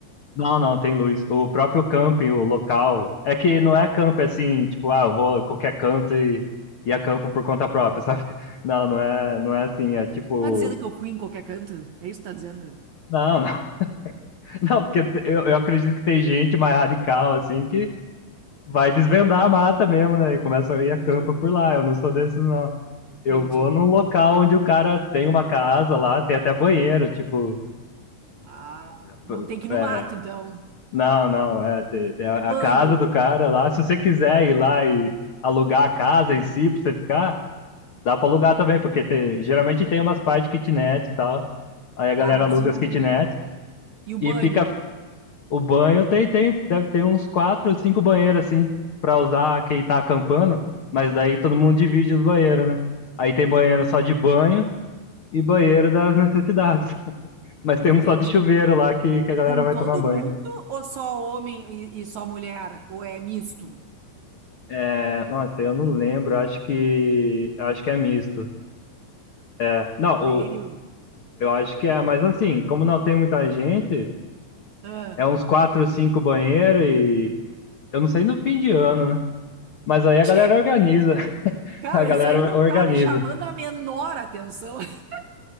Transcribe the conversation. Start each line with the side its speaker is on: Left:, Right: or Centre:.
Left: Não, não, tem luz. O próprio camping, o local, é que não é camping assim, tipo, ah, eu vou a qualquer canto e, e acampo por conta própria, <laughs> sabe? Não, não é, não é assim, é tipo,
Right: Tá dizendo que eu fui em qualquer canto? É isso que tá dizendo?
Left: não, não, <laughs> não, porque eu, eu acredito que tem gente mais radical, assim, que vai desvendar a mata mesmo, né? E começa a ir a
Right: Entendi,
Left: campo por lá, eu não sou desses, não.
Right: entendi,
Left: Eu vou num local
Right: entendi.
Left: onde o cara tem uma casa lá, tem até banheiro, tipo.
Right: Ah,
Left: p-
Right: não tem que ir no
Left: é,
Right: mato, então.
Left: não, não, é, tem, tem a
Right: E banho?
Left: a casa do cara lá. Se você quiser ir lá e alugar a casa em si pra você ficar, dá pra alugar também, porque tem- geralmente tem umas partes de kitnet e tal. Aí a galera
Right: Tá, mas
Left: aluga
Right: e
Left: as
Right: o,
Left: kitnet
Right: e o banho?
Left: e fica. O banho tem, tem, deve ter uns quatro ou cinco banheiros assim, pra usar quem tá acampando, mas daí
Right: Tá,
Left: todo mundo divide os banheiros, né? Aí tem banheiro
Right: entendi.
Left: só de banho e banheiro das necessidades. Mas
Right: Entendi.
Left: tem um só de chuveiro lá que, que a galera
Right: Com
Left: vai
Right: todo
Left: tomar banho.
Right: mundo ou só homem e, e só mulher? Ou é misto?
Left: É, nossa, eu não lembro, acho que. Acho que é misto. É. Não, o,
Right: Sério?
Left: eu acho que é, mas assim, como não tem muita gente,
Right: Ah.
Left: é uns quatro, cinco banheiros e. Eu não sei no fim de ano, né? Mas aí a
Right: Tchê,
Left: galera organiza.
Right: <laughs>
Left: <laughs>
Right: Cara,
Left: A galera
Right: isso aí não
Left: organiza.
Right: tá me chamando a menor atenção. <laughs>